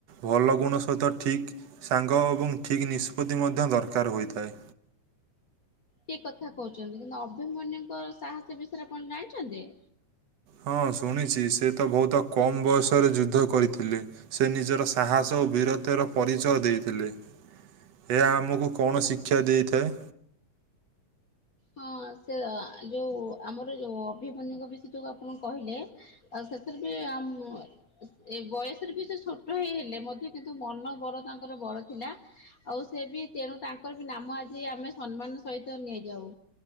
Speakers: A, on the right; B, on the left.
A: ଭଲ ଗୁଣ ସହିତ ଠିକ୍ ସାଙ୍ଗ ଏବଂ ଠିକ୍ ନିଷ୍ପତ୍ତି ମଧ୍ୟ ଦରକାର ହୋଇଥାଏ।
B: ଠିକ କଥା କହୁଛନ୍ତି କିନ୍ତୁ ଅଭିମନ୍ୟୁଙ୍କ ସାହସ ବିଷୟରେ ଆପଣ ଜାଣିଛନ୍ତି?
A: ହଁ ଶୁଣିଛି ସେ ତ ବହୁତ କମ୍ ବୟସରେ ଯୁଦ୍ଧ କରିଥିଲେ। ସେ ନିଜର ସାହସ ଓ ବୀରତର ପରିଚୟ ଦେଇଥିଲେ। ଏହା ଆମକୁ କଣ ଶିକ୍ଷା ଦେଇଥାଏ।
B: ହଁ ସେ ଯୋଉ ଆମର ଯୋଉ ଅଭିମନ୍ୟୁଙ୍କ ବିଶ ଯୋଉ ଆପଣ କହିଲେ ଆଉ ସେଥିରେ ବି ଆ। ଏଇ ବୟସରେ ବି ସେ ଛୋଟ ହେଇ -ହେଲେ ମଧ୍ୟ କିନ୍ତୁ ମନ ବଡ ତାଙ୍କର ବଡ ଥିଲା ଆଉ ସେ ବି ତେଣୁ ତାଙ୍କର ବି ନାମ ଆଜି ଆମେ ସମ୍ମାନର ସହିତ ନେଇଯାଉ।